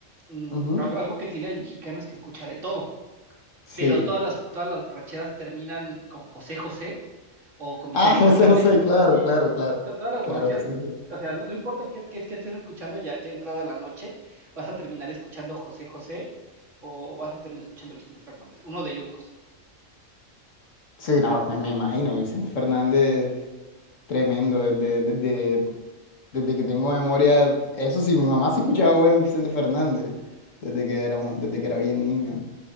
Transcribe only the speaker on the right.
mm,
algo, algo que tiene el mexicano es que escucha de todo
pero todas las, todas las borracheras terminan con José José o con Vicente
Fernández.
Sí,
To- todas las
borracheras,
o sea, no, no importa qué, qué es que estés escuchando, ya, ya entrada la noche, vas a terminar escuchando José José o vas a terminar escuchando Vicente Fernández, uno de ellos dos.